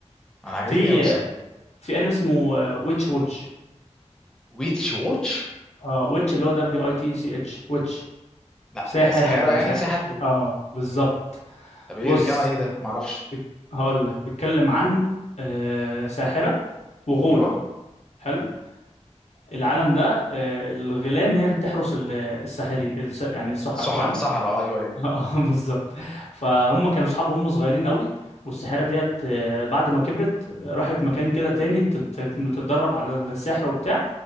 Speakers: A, in the centre; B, on the left.
A: انا عجبتني
B: في
A: قوي الصراحه
B: في انمي اسمه ويتش واتش
A: ويتش واتش
B: اه ويتش اللي هو دبليو اي تي سي اتش ويتش
A: لا
B: ساحرة
A: يا سحاره
B: يعني
A: يعني
B: ساحر
A: ساحر
B: اه بالظبط
A: طب ايه
B: بص
A: بيتكلم عن ايه ده ما اعرفش
B: بك... هقول لك بيتكلم عن آه ساحرة وغول
A: ايوه
B: حلو العالم ده آه الغيلان هي اللي بتحرس ال- الساحري الس... يعني السحرة
A: سحر
B: فاهم
A: سحرة ايوه ايوه
B: اه <laughs> بالظبط فهم كانوا اصحاب وهم صغيرين قوي والساحره ديت آه، بعد ما كبرت آه، راحت مكان كده تاني تت- تت- تتدرب على السحر وبتاع